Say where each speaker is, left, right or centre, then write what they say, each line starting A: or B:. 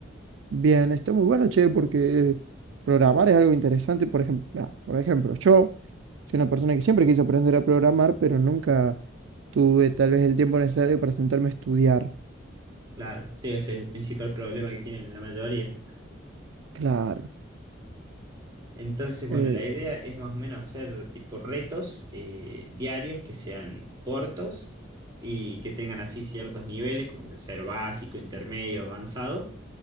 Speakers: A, on the right; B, on the right.
A: Bien, está muy bueno, che, porque programar es algo interesante, por ejemplo, por ejemplo, yo soy una persona que siempre quise aprender a programar, pero nunca tuve tal vez el tiempo necesario para sentarme a estudiar.
B: Claro, sí, ese es el principal problema que tienen la mayoría.
A: Claro.
B: Entonces, bueno,
A: eh,
B: la idea es más o menos hacer tipo retos eh, diarios que sean cortos y que tengan así ciertos niveles, como que ser básico, intermedio, avanzado